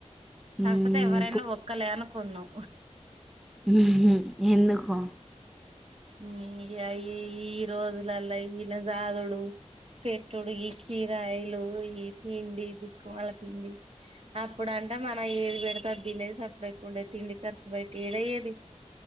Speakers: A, in the centre; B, on the right.
A: హ్మ్
B: కాకపోతే ఎవరైనా ఒక్కలే అనుకున్నం
A: మ్మహ్ ఎందుకో
B: మ్మ్ ఇగ ఈ ఈ రోజులల్ల ఈలన్ జాదుడు పెట్టుడు ఈ కిరాయిలు ఈ తిండి దిక్కుమల తిండి అప్పుడు అంటే మనం ఏది పెడితే అది తినేది సప్పుడేక ఉండేది తిండి కర్సు బయటెడయేది